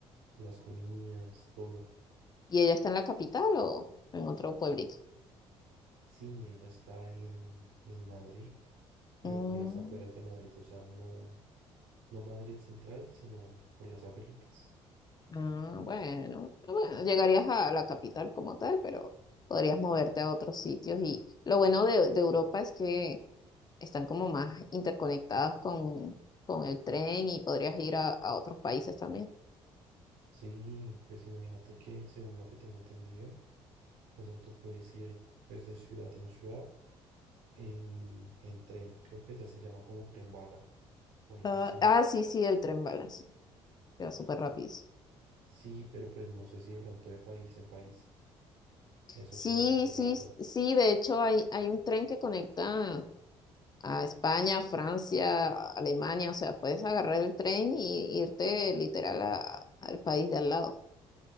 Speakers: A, on the right; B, on the left.
A: las comidas, todo.
B: ¿Y ella está en la capital o en otro pueblito?
A: Sí, ella está en, en Madrid, pero
B: Mm,
A: por las afueras de Madrid, o sea, no, no Madrid central, sino por las afueritas.
B: ah, bueno, ah, bueno, llegarías a la capital como tal, pero podrías moverte a otros sitios. Y lo bueno de, de Europa es que están como más interconectados con, con el tren y podrías ir a, a otros países también.
A: Sí, pues imagínate que según lo que tengo entendido, o sea, tú puedes ir pues de ciudad en ciudad en, en tren, creo que ya se llama como tren bala o algo
B: Ah,
A: así.
B: ah, sí, sí, el tren bala, sí, queda súper rápido.
A: Sí, pero pues no sé si de pronto de país en país, eso
B: Sí,
A: sí no lo sé,
B: sí,
A: la verdad.
B: sí, de hecho hay, hay un tren que conecta a España, Francia, Alemania, o sea, puedes agarrar el tren y irte literal a- al país de al lado.